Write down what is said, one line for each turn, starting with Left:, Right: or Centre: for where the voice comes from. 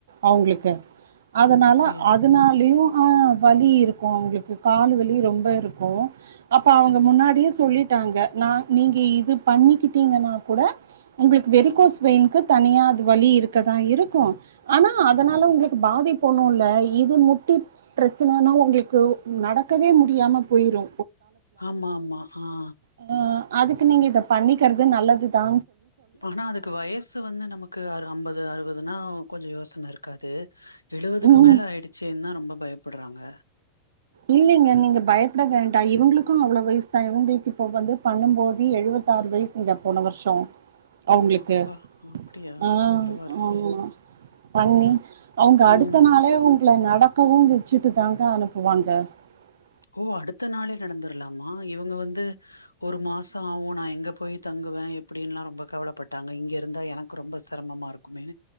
Right: அவங்ளுக்கு அதனால
Left: அப்படியா?
Right: அதனாலியு ஆ வலி இருக்கு அவங்ளுக்கு கால் வலி ரொம்ப இருக்கும் அப்ப அவுங்க முன்னாடியே சொல்லிட்டாங்க ந நீங்க இது பண்ணிக்கிட்டீங்கனா கூட உங்ளுக்கு வெறிகோஸ் வெயின்கு தனியா அது வழி இருக்கதா இருக்கும் ஆனா அதனால உங்ளுக்கு பாதிப்பொன்னுல்ல இ இது முட்டி பிரச்சனைனா உங்ளுக்கு நடக்கவே முடியாம போயிரு
Left: ஆமா ஆமா ஆ
Right: ஆ அதுக்கு நீங்க இத பண்ணிக்றது நல்லதுதா
Left: ஆனா அதுக்கு வயசு வந்து நமக் க்கு அ அம்பது அறுவதுன்னா கொஞ்ச யோசன இருக்காது எழுவதுக்கு
Right: ம்
Left: மேல ஆயிடுசே ரொம்ப பயப் ப்பட்றாங்க
Right: இல்லைங்க நீங்க பயப்பட வேண்டா இவுங்ளுக்கு அவ்லோ வயசு தா இவங்குல்கு இப்போ வந்து பன்னுபோது எழுவத்தாறு வயசுங்க போன வர்சொ அவங்ளுக்கு
Left: அப்பா அப்டியா
Right: ஆ
Left: பரவாயில்லையே
Right: ஆ பண்ணி அவுங்க
Left: ம்
Right: அடுத்த நாளே உங்க நடக்கவும் வச்சுட்டு தாங்க அனுப்புவாங்க <unintelligible>
Left: ஓ அடுத்த நாளே நடந்துரலாமா இவங்க வந்து ஒரு மாசம் ஆவும் நான் எங்கே போயி தங்குவேன் எப்படின்லாம் ரொம்ப கவலைப்பட்டாங்க இங்க இருந்தா எனக்கு ரொம்ப சிரமமா இருக்குமேன்னு